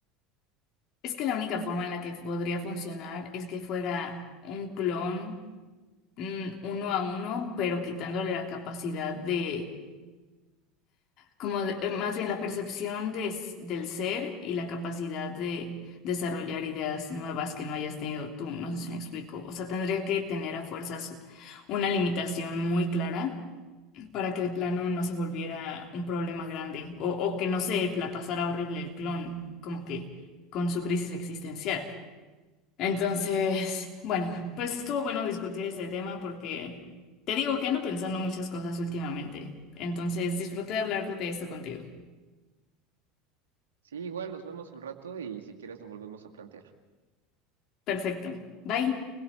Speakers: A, on the left (about 50°); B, on the right (about 80°).
A: Es que la única forma en la que podría funcionar es que fuera un clon mm, uno a uno, pero quitándole la capacidad de, como de- eh, más bien la percepción de s- del ser y la capacidad de desarrollar ideas nuevas que no hayas tenido tú. No sé si me explico. O sea, tendría que tener a fuerzas una limitación muy clara para que de plano no se volviera un problema grande o, o que no se la pasara horrible el clon, como que con su crisis existencial. Entonces, bueno, pues estuvo bueno discutir este tema porque te digo que ando pensando muchas cosas últimamente. Entonces, disfruté de hablar de esto contigo.
B: Sí, igual nos vemos al rato y si quieres lo volvemos a plantear.
A: Perfecto. Bye.